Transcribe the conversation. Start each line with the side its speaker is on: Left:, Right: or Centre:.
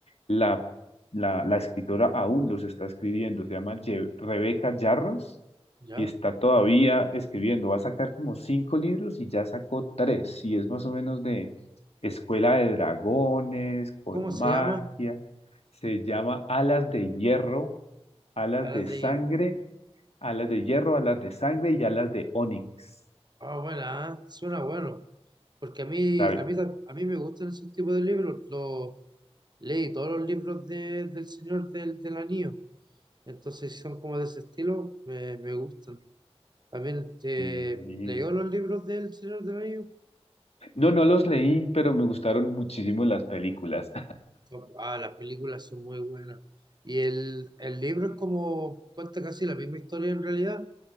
Left: la, la, la escritora aún los está escribiendo, se llama Ye- Rebeca Yarros
Right: ya,
Left: y está todavía escribiendo. Va a sacar como cinco libros y ya sacó tres, y es más o menos de Escuela de Dragones, con
Right: ¿cómo se
Left: magia.
Right: llama?
Left: Se llama Alas de Hierro, Alas
Right: alas
Left: de Sangre,
Right: de hierro
Left: Alas de Hierro, Alas de Sangre y Alas de Onix.
Right: Ah, bueno, ah, suena bueno. Porque a mí,
Left: ¿sabe?
Right: a mí, ta- a mí me gustan esos tipos de libros. Los, leí todos los libros de- del Señor del, del Anillo. Entonces, si son como de ese estilo, me, me gustan. También eh,
Left: Y-
Right: leyó los libros del Señor del Anillo.
Left: No, no los leí, pero me gustaron muchísimo las películas.
Right: Son- Ah, las películas son muy buenas. Y el, el libro es como, cuenta casi la misma historia en realidad